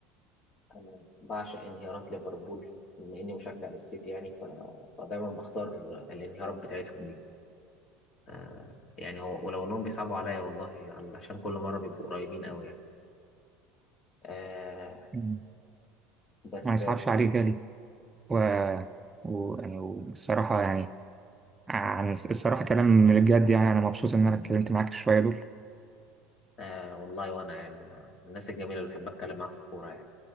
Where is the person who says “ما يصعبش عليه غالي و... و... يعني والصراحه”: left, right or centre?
Right